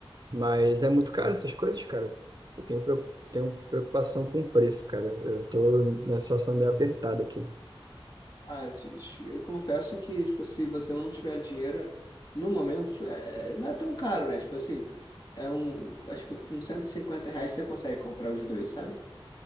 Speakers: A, on the right (about 45°); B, on the left (about 50°).
A: Mas é muito caro essas coisas, cara. Eu tenho, preo- tenho preocupação com o preço, cara. Eu tô na situação meio apertada aqui.
B: Ah, ti- ti- eu confesso que, tipo, se você não tiver dinheiro, no momento, tipo, é- não é tão caro, né? Tipo assim, é um, acho que com 150 reais você consegue comprar os dois, sabe?